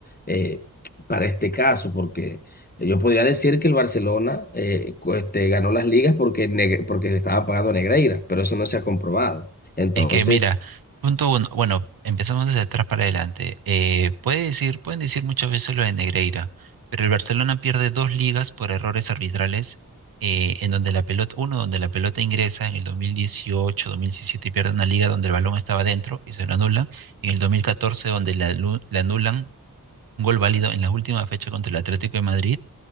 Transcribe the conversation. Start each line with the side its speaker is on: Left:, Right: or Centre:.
Left: eh, para este caso, porque. Yo podría decir que el Barcelona eh, cu- este, ganó las ligas porque, Neg- porque le estaba pagando a Negreira, pero eso no se ha comprobado. Entonces,
Right: Es que mira, punto uno, bueno, empezamos desde atrás para adelante. Eh, puede decir, pueden decir muchas veces lo de Negreira, pero el Barcelona pierde dos ligas por errores arbitrales, eh, en donde la pelota, uno, donde la pelota ingresa en el 2018, 2017 y pierde una liga donde el balón estaba dentro y se lo anulan, y en el 2014 donde le, alu- le anulan un gol válido en la última fecha contra el Atlético de Madrid